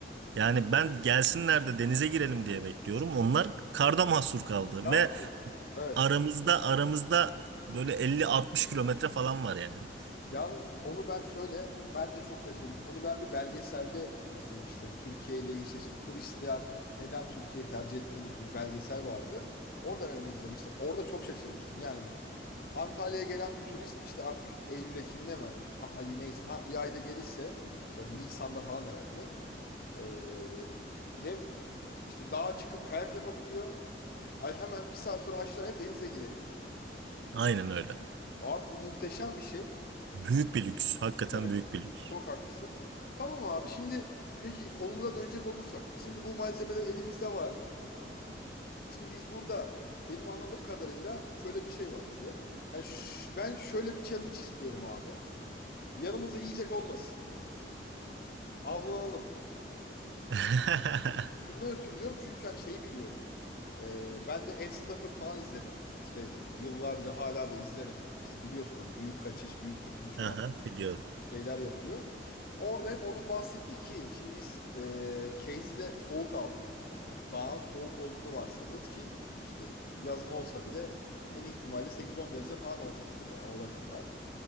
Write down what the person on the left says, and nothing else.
Yalnız.
Evet.
Yalnız onu ben şöyle ben de çok şaşırmışım. Onu ben bir belgeselde izlemiştim. Türkiye ile ilgili işte, işte turistler neden Türkiye'yi tercih etmeli gibi bir belgesel vardı. Orada ben onu izlemiştim. Orada çok şaşırmıştım. Yani Antalya'ya gelen bir turist işte artık Eylül Ekim'de mi tam ayı neyse ha, bir ayda gelirse mesela Nisan'da falan herhalde ee, hem işte dağa çıkıp kayak yapabiliyor. Ay hemen bir saat sonra aşağıya denize girebiliyor.
Abi bu muhteşem bir şey.
Evet,
çok haklısın. Tamam abi şimdi peki kolumuza dönecek olursak bizim de bu malzemeler elimizde var. Şimdi biz burada benim anladığım kadarıyla şöyle bir şey var bir de. Yani ş- ben şöyle bir challenge istiyorum abi. Yanımızda yiyecek olmasın. Avlanalım.
Şundan ötürü diyorum çünkü hani şeyi biliyorum. Ee, ben de Ed Stafford falan izledim. İşte yıllarca hala da izlerim. İşte biliyorsun onu Büyük Kaçış, Büyük Kurtuluş falan.
şeyler yapıyor. Orada hep onun bahsettiği ki şimdi biz e, Casey'de soğuk aldık. Yani dağın soğuk olduğunu varsayıyoruz ki işte yazın olsa bile en ihtimalle 8-10 derece falan olacaktır yani o rakımlar